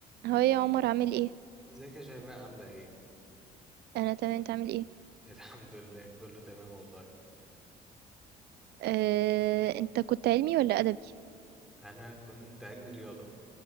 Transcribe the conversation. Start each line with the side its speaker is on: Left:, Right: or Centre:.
Right: هو إيه يا عمر عامل ايه
Centre: ازيك يا شيماء عاملة ايه؟
Right: انا تمام انت عامل ايه
Centre: <laughs> الحمد لله كله تمام والله
Right: آه، انت كنت علمي ولا ادبي
Centre: انا كنت علمي رياضة